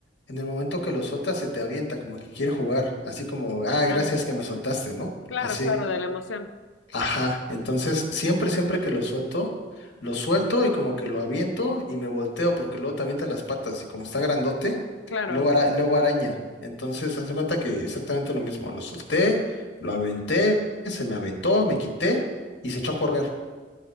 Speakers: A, on the left; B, on the left.
A: en el momento que lo sueltas se te avienta, como que quiere jugar, así como,
B: Ajá.
A: ah, gracias que me soltaste, ¿no?
B: Claro,
A: Así.
B: claro, de la emoción.
A: Ajá, entonces siempre, siempre que lo suelto, lo suelto y como que lo aviento y me volteo porque luego te avienta las patas y como está grandote,
B: Claro.
A: luego, ara- luego araña. Entonces, haz de cuenta que exactamente lo mismo, lo solté, lo aventé, se me aventó, me quité y se echó a correr.